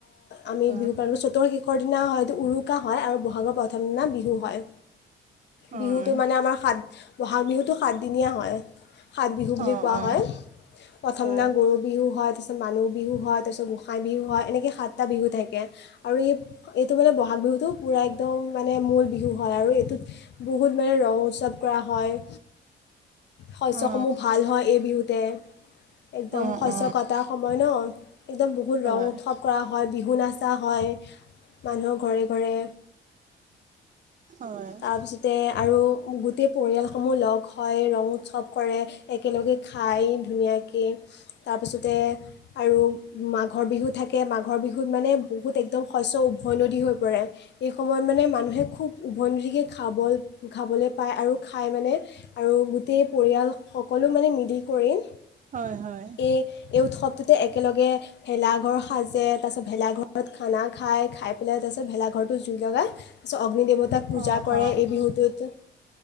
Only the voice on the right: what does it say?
হয়
হয়
অ
অ
হয়
অ
অ অ
অ
হয়
হয়
হয় হয়
অ
অ